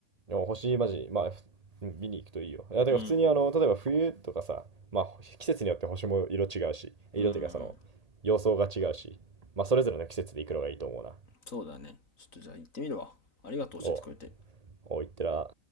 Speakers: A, on the right (about 30°); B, on the left (about 75°).
A: でも星、マジ、まあ、ふ見に行くといいよ。いや、てから普通にあの、
B: うん。
A: 例えば冬とかさ、まあ、季節によって星も色違うし、色っていうかその、
B: うん。
A: 様相が違うし、まあ、それぞれの季節で行くのがいいと思うな。
B: そうだね。ちょっとじゃあ行ってみるわ。ありがとう教えてくれて。
A: おう、おう、行ってら。